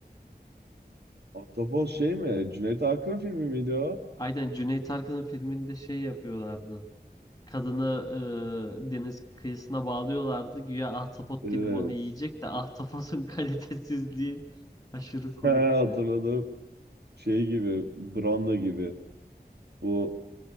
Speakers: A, on the right; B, on the left.
A: Ahtapot şey mi? Cüneyt Arkın filmi miydi o?
B: Aynen Cüneyt Arkın'ın filminde şey yapıyorlardı. Kadını e, deniz kıyısına bağlıyorlardı. Güya ahtapot
A: Evet.
B: gelip onu yiyecek de ahtapotun <laughs> kalitesizliği aşırı
A: <laughs>
B: komikti.
A: He, hatırladım. Şey gibi, Branda gibi. Bu